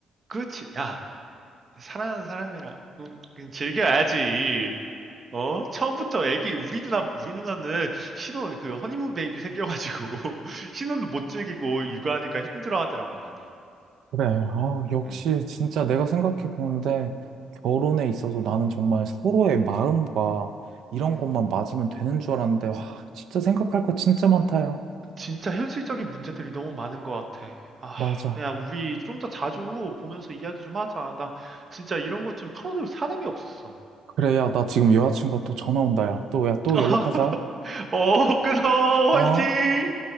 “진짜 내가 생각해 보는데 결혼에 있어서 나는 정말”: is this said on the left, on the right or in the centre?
Right